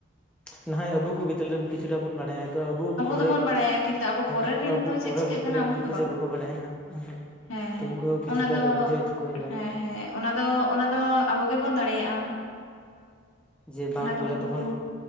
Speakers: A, in the centre; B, on the left (about 85°).
A: ᱱᱟ-ᱦᱚᱭ ᱟᱵᱚ ᱠᱚ ᱵᱤᱫᱟᱹᱞ ᱨᱮ ᱠᱤᱪᱷᱩᱟ ᱵᱚ ᱵᱟᱲᱟᱭᱟ᱾ ᱛᱚ ᱟᱵᱚ ᱯᱚᱨᱮ
B: ᱫᱚᱵᱚᱱ ᱵᱟᱲᱟᱭᱟ ᱠᱤᱱᱛᱩ ᱟᱵᱚ
A: ᱦᱮᱸ
B: ᱯᱚᱨᱮᱨ ᱨᱤᱱ
A: ᱟᱵᱚ
B: ᱫᱚ ᱪᱮᱫ
A: ᱯᱚᱨᱮ
B: ᱪᱤᱠᱟᱹᱜ
A: ᱵᱚᱨᱛᱤ
B: ᱠᱟᱱᱟ
A: ᱨᱮᱱ ᱩᱱᱠᱩ
B: ᱫᱚ
A: ᱡᱮ ᱵᱟᱠᱚ ᱵᱟᱲᱟᱭᱟ ᱱᱟᱦᱟᱜ
B: ᱦᱮᱸ
A: ᱛᱚ ᱩᱱᱠᱩ ᱠᱤᱪᱷᱩᱴᱟ
B: ᱚᱱᱟ
A: ᱫᱚ ᱵᱩᱡᱷᱟᱹᱣ ᱪᱚ ᱠᱚ ᱦᱩᱭᱩᱜᱼᱟ᱾
B: ᱦᱮᱸ ᱦᱮᱸ ᱚᱱᱟ ᱫᱚ ᱚᱱᱟ ᱫᱚ ᱟᱵᱚ ᱜᱮᱵᱚᱱ ᱫᱟᱲᱮᱭᱟᱜᱼᱟ᱾
A: ᱡᱮ ᱵᱟᱝ
B: ᱚᱱᱟ ᱫᱚ
A: ᱵᱚᱞᱮ
B: ᱩᱱᱠᱩ
A: ᱛᱚᱠᱷᱚᱱ